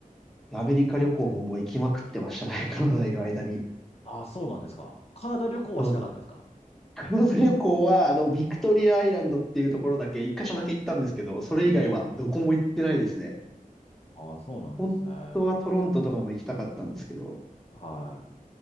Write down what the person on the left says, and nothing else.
ああ、そうなんですか。カナダ旅行はしなかったですか
うん。ああ、そうなんですね。
はい。